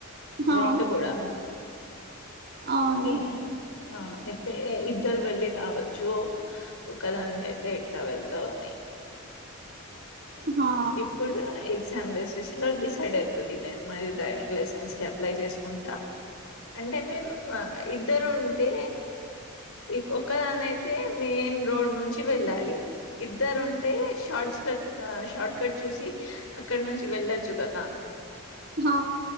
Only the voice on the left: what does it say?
రెంట్ కూడా
నీ ఆ అయితే ఇద్దరు వెళ్ళి రావచ్చు ఒకదానివైతే ఎట్లా వెళ్ ళ్తా వని
ఇప్పుడు ఓయ్ ఎగ్జామ్ బేసిస్ లో డిసైడ్ అయుతది నేను మరి డ్రైవింగ్ లైసెన్స్ కి అప్లై చేసుకుంటా అంటే మేం మ్ ఇద్దరు ఉంటే ఇ ఒక్కదానయితే మే మెయిన్ రోడ్ నుంచి వెళ్ళాలి ఇద్దరు ఉంటే షాట్సకట్స్ అ షార్ట్ ఇక్కడ చూసి అక్కడ నుంచి వెళ్ళొచ్చు కదా